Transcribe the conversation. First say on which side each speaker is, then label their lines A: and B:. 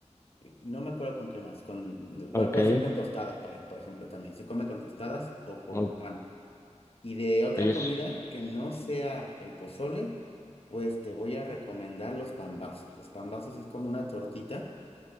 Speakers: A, on the left; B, on the left.
A: eh, no me acuerdo con qué más. Con, bueno,
B: ok,
A: puede ser con tostadas, para, por ejemplo, también. Se come con tostadas o con
B: o-
A: pan. Y de otra
B: oye,
A: comida
B: s-
A: que no sea el pozole, pues te voy a recomendar los pambazos. Los pambazos es como una tortita